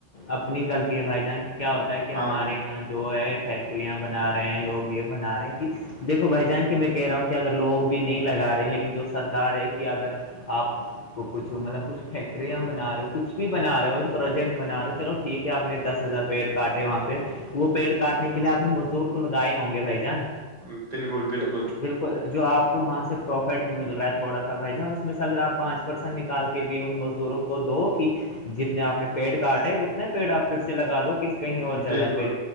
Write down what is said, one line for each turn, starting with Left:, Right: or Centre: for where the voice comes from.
Left: اپنی غلطی ہے بھائی جان کی کیا ہوتا ہے کہ
Right: ہاں
Left: ہمارے یہاں جو ہے فیکٹریاں بنا رہے ہیں لوگ یہ بنا رہے ہیں کہ دیکھو بھائی جان کی میں کہہ رہا ہوں کہ اگر لوگ بھی نہیں لگا رہے ہیں لیکن جو سرکار ہے کہ اگر آپ کو کچھ مطلب کچھ فیکٹریاں بنا رہے ہو کچھ بھی بنا رہے ہو پروجیکٹ بنا رہے ہو چلو ٹھیک ہے آپ نے دس ہزار پیڑ کاٹے وہاں پہ وہ پیڑ کاٹنے کے لیے آپ نے مزدور کو لگائے ہوں گے بھائی جان
Right: بالکل، بالکل،
Left: تو بالکل جو آپ کو وہاں سے پروفٹ مل رہا ہے تھوڑا سا بھائی جان اس میں سے اگر آپ پانچ پرسینٹ نکالتے بھی ان مزدوروں کو دو کہ جتنے آپ نے پیڑ کاٹے اتنے پیڑپ پھر سے لگا دو کس کہیں اور جگہ
Right: بالکل،
Left: پہ